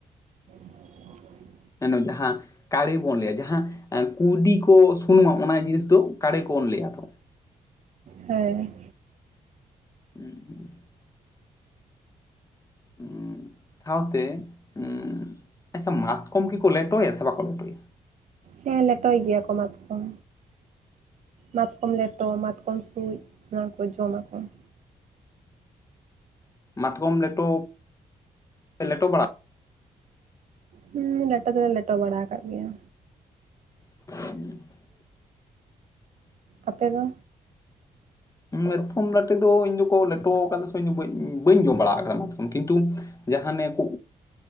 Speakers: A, on the right (about 55°); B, on the left (about 25°).
A: <inaudible>
B: ᱡᱮᱱᱚ ᱡᱟᱦᱟᱸ ᱠᱟᱲᱤ ᱵᱚᱱ ᱞᱟᱹᱭᱟ, ᱡᱟᱦᱟᱸ ᱠᱩᱸᱭᱰᱤ ᱠᱚ ᱥᱩᱱᱩᱢᱟ ᱚᱱᱟ ᱡᱤᱱᱤᱥ ᱫᱚ ᱠᱟᱲᱮ ᱠᱚᱵᱚᱱ ᱞᱟᱹᱭᱟ ᱛᱚ᱾
A: ᱦᱮᱸ᱾
B: ᱦᱩᱸ ᱦᱩᱸ᱾ ᱩᱸ ᱥᱟᱶᱛᱮ ᱩᱸ ᱟᱪᱪᱷᱟ ᱢᱟᱛᱠᱚᱢ ᱠᱤ ᱠᱚ ᱞᱮᱴᱚᱭᱟ ᱥᱮ ᱵᱟᱠᱚ ᱞᱮᱴᱚᱭᱟ?
A: ᱦᱮᱸ ᱞᱮᱴᱚᱭ ᱜᱮᱭᱟᱠᱚ ᱢᱟᱛᱠᱚᱢ᱾ ᱢᱟᱛᱠᱚᱢ ᱞᱮᱴᱚ, ᱢᱟᱛᱠᱚᱢ ᱥᱩᱡ ᱚᱱᱟ ᱠᱚ ᱡᱚᱢ ᱟᱠᱚ ᱾
B: ᱢᱟᱛᱠᱚᱢ ᱞᱮᱴᱚ ᱞᱮᱴᱚ ᱵᱟᱲᱟ
A: ᱦᱩᱸ ᱞᱮᱴᱚ ᱫᱚᱞᱮ ᱞᱮᱴᱚ ᱵᱟᱲᱟᱣ ᱟᱠᱟᱫ ᱜᱮᱭᱟ᱾
B: <inaudible>
A: ᱟᱯᱮ ᱫᱚ?
B: ᱢᱟᱛᱠᱚᱢ ᱞᱮᱴᱚ ᱫᱚ ᱤᱧ ᱫᱚᱠᱚ ᱞᱮᱴᱚ ᱠᱟᱫᱟ ᱥᱮ ᱵᱟᱹᱧ ᱡᱚᱢ ᱵᱟᱲᱟᱣ ᱠᱟᱫᱟ, ᱠᱤᱱᱛᱩ ᱡᱟᱦᱟᱱᱮ ᱠᱩ